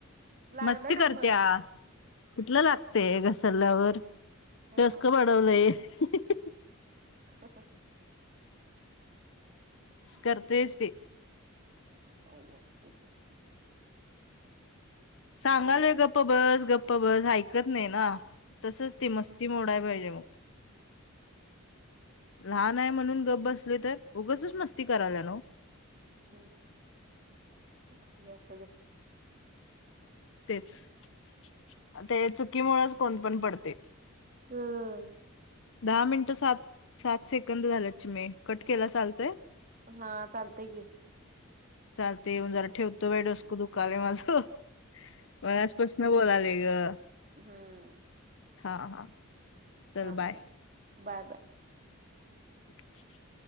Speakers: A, on the right; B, on the left.
A: लागलं
B: मस्ती
A: काय
B: करतीया
A: मग?
B: कुठलं लागतय घसरल्यावर....
A: हा
B: टसक पाडवलंय <unintelligible>
A: हां.. हां
B: करतेयच ते
A: <unintelligible>
B: सांगालोय
A: काय नाही
B: गप्प बस गप्प बस ऐकत नाही ना तसच ते मस्ती मोडाय पाहिजे मग लहान आहे म्हणून गप बसले तर उगच मस्ती करायला न
A: <unintelligible> असू दे
B: तेच <inaudible> ते चुकीमुळेच कोण पण पडतय?
A: हम्
B: दहा मिनटं सात सात सेकंद झाल्यात चिमे कट केला चालतय.
A: हा चालतय की,
B: चालतय येऊन जरा ठेवतो बाई डोसक दुखल माझं मला <unintelligible> न बोलालोय ग
A: हम्म
B: हा हा चल
A: चालतंय
B: बाय
A: बाय बाय
B: <unintelligible>